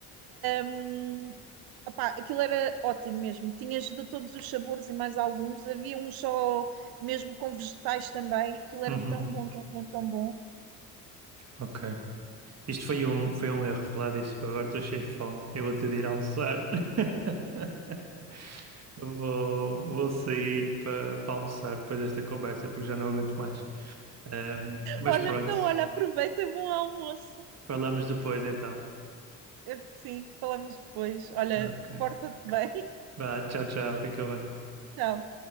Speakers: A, on the right (about 50°); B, on the right (about 30°).
A: Um, opá, aquilo era ótimo mesmo. Tinhas de todos os sabores e mais alguns. Havia um só mesmo com vegetais também. Aquilo era
B: Uhum,
A: tão bom, tão bom, tão bom.
B: ok. Isto foi um, foi um erro falar disto, que eu agora estou cheio de fome. Eu vou ter de ir almoçar. <laughs> Vou, vou sair para almoçar depois desta conversa, porque já não aguento mais. Ahm, mas
A: Olha,
B: pronto,
A: então, olha, aproveita e bom almoço.
B: falamos depois então.
A: Eh, Sim, falamos depois. Olha,
B: Ok.
A: porta-te bem.
B: Vá, tchau, tchau, fica bem.
A: <laughs> Tchau.